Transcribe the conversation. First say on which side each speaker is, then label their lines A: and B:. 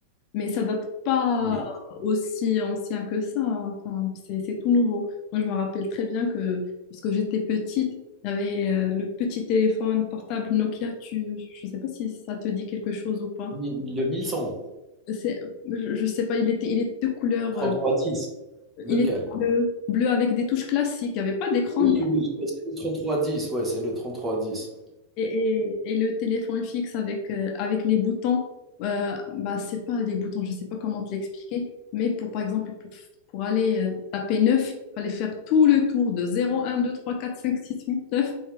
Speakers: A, on the left; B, on the right.
A: Mais ça date pas
B: Oui,
A: aussi ancien que ça. Enfin, c'est, c'est tout nouveau. Moi, je me rappelle très bien que, parce que j'étais petite, il y avait euh, le petit téléphone portable Nokia. Tu, je sais pas si ça te dit quelque chose ou pas.
B: mi- le 1100,
A: C'est, je je sais pas, il était, il était de couleur,
B: 3310,
A: euh,
B: lequel?
A: il était bleu, bleu avec des touches classiques, il n'y avait pas d'écran
B: Oui, oui, je vois, c'est le 3310, ouais, c'est le 3310.
A: et, et- et le téléphone fixe avec, euh, avec les boutons. Euh, bah, c'est pas des boutons, je sais pas comment te l'expliquer, mais pour, par exemple, pour, pour aller euh, taper neuf il fallait faire tout le tour de zéro un deux trois quatre cinq six huit neuf